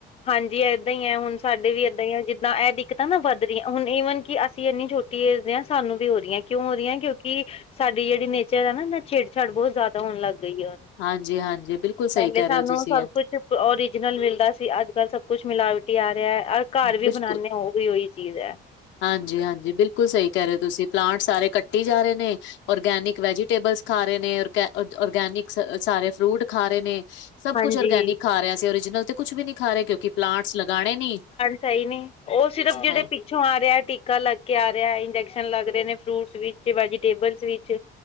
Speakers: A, on the left; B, on the left.
A: ਹਾਂਜੀ ਇੱਦਾਂ ਹੀ ਹੈ ਹੁਣ ਸਾਡੇ ਵੀ ਇੱਦਾਂ ਹੀ ਹੈ ਜਿੱਦਾਂ ਇਹ ਦਿੱਕਤਾਂ ਨਾ ਵੱਧ ਰਹੀਆਂ ਹੁਣ ਈਵਨ ਕਿ ਅਸੀਂ ਇੰਨੀ ਛੋਟੀ, ਸਾਨੂੰ ਵੀ ਹੋਦੀਆਂ ਕਿਉਂ ਹੋਦੀਆਂ ਕਿਉਂਕਿ ਸਾਡੀ ਜਿਹੜੀ ਨੇਚਰ ਹੈ ਨਾ ਛਿੜ ਛੜ ਬਹੁਤ ਜ਼ਿਆਦਾ ਹੋਣ ਲੱਗ ਗਈ ਆ ਉਹ
B: ਹਾਂਜੀ ਹਾਂਜੀ ਬਿਲਕੁਲ
A: ਪਹਿਲੇ
B: ਸਹੀ ਕਹਿ
A: ਸਾਨੂੰ
B: ਰਹੇ ਹੋ ਤੁਸੀਂ
A: ਸਭ
B: ਇਹ
A: ਕੁਛ ਓਰੀਜਨਲ ਮਿਲਦਾ ਸੀ ਅੱਜ ਕੱਲ੍ਹ ਸਭ ਕੁਛ ਮਿਲਾਵਟੀ ਆ ਰਿਹਾ ਹੈ। ਘਰ ਵੀ
B: ਬਿਲਕੁਲ
A: ਬਣਾਉਦੇ ਉਹ ਵੀ ਉਹੀ ਚੀਜ਼ ਹੈ।
B: ਹਾਂਜੀ ਹਾਂਜੀ ਬਿਲਕੁਲ ਸਹੀ ਕਹਿ ਰਹੇ ਹੋ ਤੁਸੀਂ ਪਲਾਂਟ ਸਾਰੇ ਕੱਟੀ ਜਾ ਰਹੇ ਨੇ ਔਰਗੈਨਿਕ ਵੈਜੀਟੇਬਲਸ ਖਾ ਰਹੇ ਨੇੇ ਔਰਗੈਨਿਕ ਸਾਰੇ ਫਰੂਟ ਖਾ ਰਹੇ ਨੇ ਸਭ
A: ਹਾਂਜੀ
B: ਕੁਛ ਔਰਗੈਨਿਕ ਖਾ ਰਹੇ ਅਸੀਂ ਓਰੀਜਨਲ ਤੇ। ਕੁਛ ਵੀ ਨੀ ਖਾ ਰਹੇ ਕਿਉਂਕਿ ਪਲਾਂਟਸ ਲਗਾਉਣੇ ਨੀ।
A: ਸਹੀ ਨੀ ਉਹ ਸਿਰਫ ਜਿਹੜੇ।
B: ਹੈ
A: ਪਿੱਛੋਂ ਆ ਰਿਹਾ ਟੀਕਾ ਲੱਗ ਕੇ ਆ ਰਿਹਾ ਇੰਜੈਕਸ਼ਨ ਲੱਗ ਰਹੇ ਨੇ ਫਰੂਟਸ ਵਿੱਚ ਵੈਜੀਟੇਬਲਸ ਵਿੱਚ